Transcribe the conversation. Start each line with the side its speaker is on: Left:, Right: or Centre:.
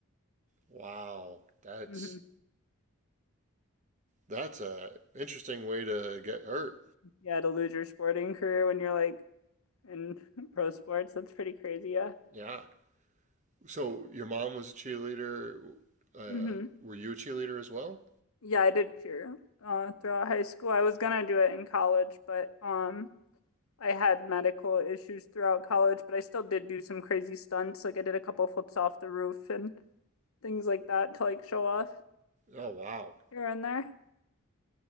Right: wow. That's
Left: hmm
Right: that's a interesting way to get hurt.
Left: Yeah, to lose your sporting career when you're like in <laughs> pro sports, that's pretty crazy. Yeah.
Right: Yeah. So your mom was a cheerleader. Uh,
Left: hmm
Right: were you a cheerleader as well?
Left: Yeah, I did cheer uh, throughout high school. I was gonna do it in college, but um, I had medical issues throughout college, but I still did do some crazy stunts. Like I did a couple flips off the roof and things like that to like show off
Right: Oh wow.
Left: here and there.